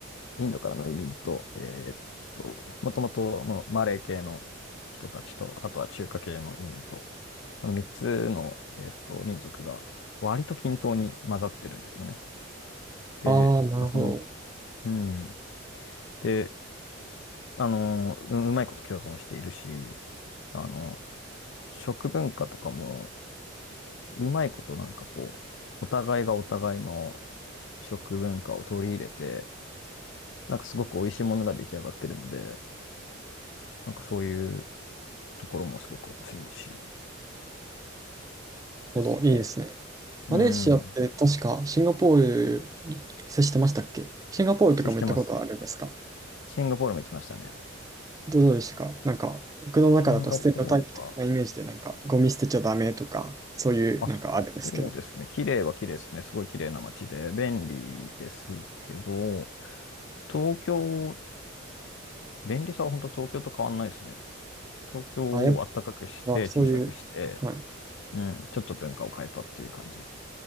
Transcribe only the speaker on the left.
インドからの移民と、えーっと、もともとのマレー系の人たちと、あとは中華系の移民と、その三つの、えーっと、民族が割と均等に混ざってるんですよね。で、
まあ、その、うん。で、あの、う、うまいこと共存しているし、あの、食文化とかも、うまいことなんかこう、お互いがお互いの食文化を取り入れて、なんかすごく美味しいものが出来上がってるので、なんかそういうところもすごく面白いし
ですね。
うん。
接してます。シンガポールも行きましたね。
シンガポールは、あ、そそうですね。綺麗は綺麗ですね。すごい綺麗な街で、便利ですけど、東京、便利さは本当東京と変わんないですね。東京を暖かくして、
小さくして、
うん、ちょっと文化を変えたっていう感じ。